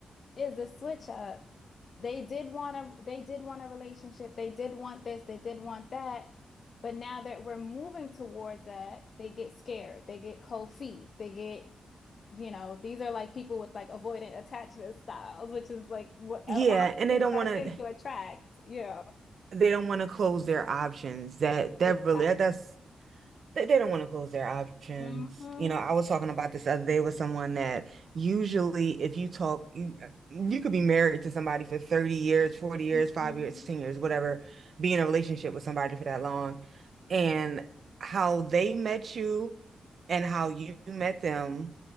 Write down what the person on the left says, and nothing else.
is the switch up. They did want a they did want a relationship. They did want this, they did want that. But now that we're moving towards that, they get scared. They get cold feet. They get, you know, these are like people with like avoidant attachment styles, which is like what
honestly
what I
tend to attract. You know,
Exactly.
hmm
hmm